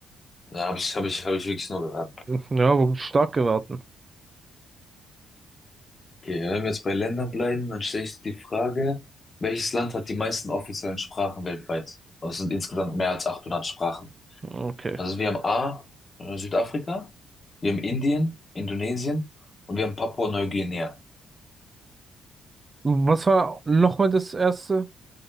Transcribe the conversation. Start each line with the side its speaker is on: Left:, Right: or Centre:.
Left: Da habe ich, habe ich, habe ich wirklich nur geraten.
Right: Ja, aber stark geraten.
Left: Okay, wenn wir jetzt bei Ländern bleiben, dann stelle ich die Frage, welches Land hat die meisten offiziellen Sprachen weltweit? Das sind insgesamt mehr als 800 Sprachen.
Right: Okay.
Left: Also wir haben A, äh, Südafrika, wir haben Indien, Indonesien und wir haben Papua-Neuguinea,
Right: Was war nochmal das erste